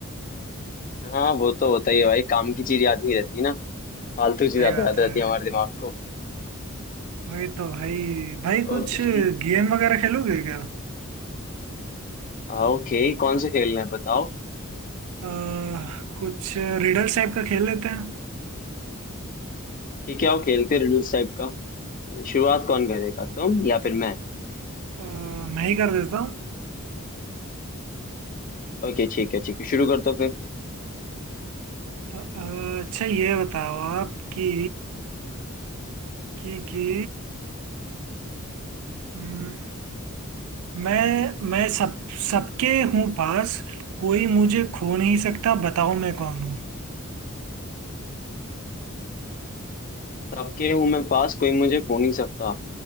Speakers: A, on the left; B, on the right.
A: हाँ वो तो होता ही है भाई काम की चीज याद नहीं रहती ना फालतू चीज
B: सही
A: ज्यादा
B: बात
A: याद
B: है
A: रहती है हमारे दिमाग को
B: वही तो भाई भाई कुछ
A: ओके
B: गेम वगैरह खेलोगे क्या
A: हाँ, ओके कौन से खेलना है बताओ
B: अ, कुछ रिडल्स टाइप का खेल लेते हैं
A: ठीक है आओ खेलते रिडल्स टाइप का शुरुआत कौन करेगा तुम या फिर मैं
B: अ, मैं ही कर देता हूँ
A: ओके ठीक है ठीक है शुरू कर दो फिर
B: अ, अ, अच्छा ये बताओ आप कि कि कि हम्म, मैं मैं सब सबके हूँ पास कोई मुझे खो नहीं सकता बताओ मैं कौन हूँ
A: सबके हूं मैं पास कोई मुझे खो नहीं सकता